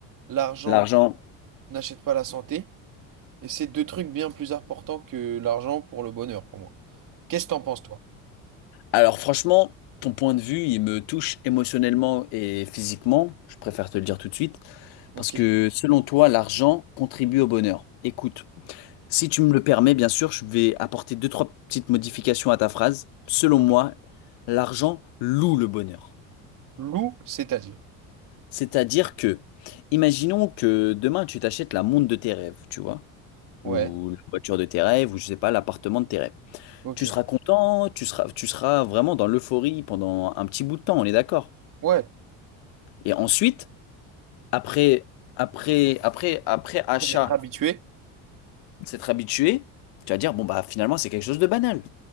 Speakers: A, on the right; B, on the left.
A: l'argent
B: L'argent.
A: n'achète pas la santé, et c'est deux trucs bien plus importants que l'argent pour le bonheur, pour moi. Qu'est-ce que t'en penses, toi?
B: Alors franchement, ton point de vue, il me touche émotionnellement et physiquement. Je préfère te le dire tout de suite.
A: Ok.
B: Parce que selon toi, l'argent contribue au bonheur. Écoute. Si tu me le permets, bien sûr, je vais apporter deux, trois petites modifications à ta phrase. Selon
A: Ok.
B: moi, l'argent loue le bonheur.
A: Loup, c'est-à-dire.
B: C'est-à-dire que, imaginons que demain tu t'achètes la montre de tes rêves, tu vois,
A: Ouais,
B: ou la voiture de tes rêves, ou je sais pas, l'appartement de tes rêves.
A: ok.
B: Tu seras content, tu seras, tu seras vraiment dans l'euphorie pendant un petit bout de temps, on est d'accord.
A: Ouais,
B: Et ensuite, après, après, après, après achat,
A: après c'est être habitué,
B: s'être habitué, tu vas dire, bon bah finalement c'est quelque chose de banal.